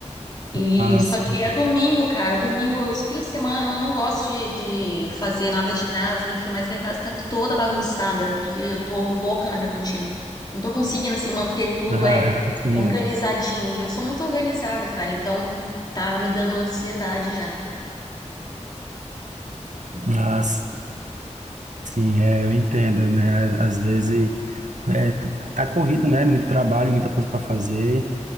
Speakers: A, on the left; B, on the right.
A: E
B: Ah,
A: só
B: sim.
A: que é domingo, cara. Domingo, esse fim de semana, eu não gosto de, de fazer nada de casa, enfim, mas minha casa tá toda bagunçada, porque eu tô louca na minha rotina. Não tô conseguindo, assim, manter tudo
B: Ah,
A: é
B: <laughs> sim,
A: organizadinho.
B: é.
A: E eu sou muito organizada, cara, então tá me dando ansiedade já.
B: Ah, sim, é, eu entendo, né? Às vezes é, t- tá corrido, né? Muito trabalho, muita coisa para fazer.